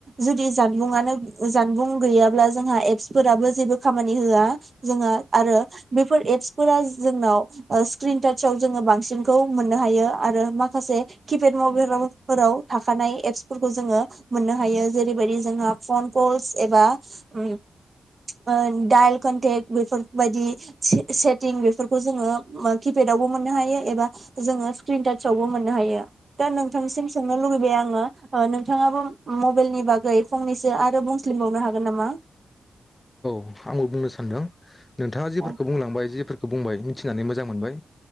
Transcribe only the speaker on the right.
जुदि जानबुंआनो जानबुं गैयाब्ला जोंहा एप्स फोराबो जेबो खामानि होआ जोंहा आरो बेफोर एप प्स फोर जोंनाव ओ स्क्रिन टाचाव जोङो बांसिनखौ मोननो हायो आरो माखासे किपेड मबाइल फोराव थाखानाय एप्सफोरखौ जोङो मोननो हायो जेरैबायदि जोंहा फन कलस। एबा उम ओ दाइल कोन्टेक बेफोरबायदि से सेटिं बेफोरखौ जोङो किपेडावबो मोननो हायो एबा जोङो स्क्रिन टाचावबो मोननो हायो दा नोंथांनिसिम सोंनो लुुबैबाय आङो ओ नोंथाङाबो मबाइलनि बागै फननिैसो आरो बुंसलिमबावनो हागोन नामा।
औ